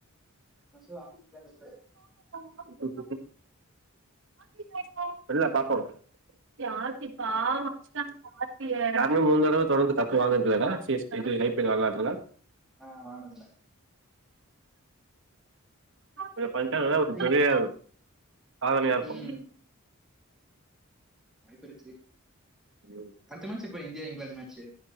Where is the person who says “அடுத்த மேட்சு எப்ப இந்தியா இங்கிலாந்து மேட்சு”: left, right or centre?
Centre